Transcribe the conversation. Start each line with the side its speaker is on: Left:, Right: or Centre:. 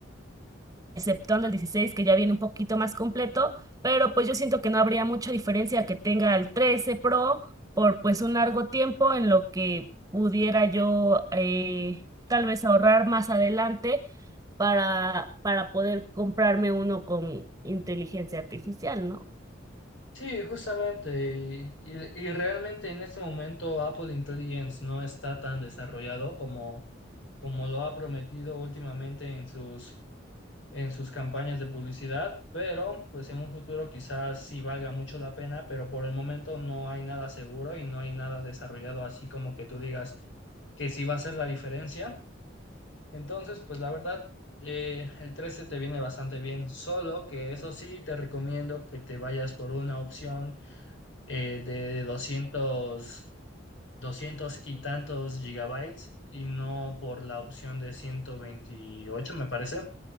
Right: exceptuando el 16 que ya viene un poquito más completo, pero pues yo siento que no habría mucha diferencia que tenga el 13 Pro por pues un largo tiempo en lo que pudiera yo eh, tal vez ahorrar más adelante para, para poder comprarme uno con inteligencia artificial, ¿no?
Left: Sí, justamente, y, y- y realmente en este momento Apple Intelligence no está tan desarrollado como, como lo ha prometido últimamente en sus, en sus campañas de publicidad, pero pues en un futuro quizás sí valga mucho la pena, pero por el momento no hay nada seguro y no hay nada desarrollado así como que tú digas que sí va a ser la diferencia. Entonces, pues la verdad, eh, el 13 te viene bastante bien, solo que eso sí te recomiendo que te vayas por una opción eh, de doscientos 200 y tantos gigabytes y no por la opción de ciento veintiocho me parece.